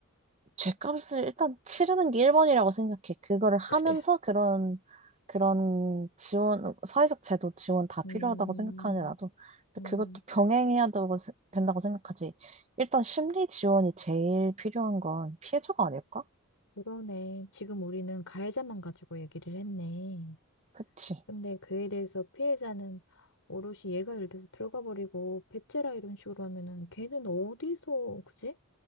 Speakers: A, on the right; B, on the left.
A: 죗값을 일단 치르는 게 1번이라고 생각해. 그거를 하면서
B: 그래.
A: 그런 그런 지원, 사회적 제도 지원 다
B: 음,
A: 필요하다고 생각하는데 나도 근데
B: 음.
A: 그것도 병행해야 되고, 세- 된다고 생각하지. 일단 심리 지원이 제일 필요한 건 피해자가 아닐까?
B: 그러네. 지금 우리는 가해자만 가지고 얘기를 했네.
A: 그치?
B: 근데 그에 대해서 피해자는 오롯이 얘가 예를 들어서 들어가 버리고 배째라 이런 식으로 하면은 걔는 어디서 그지?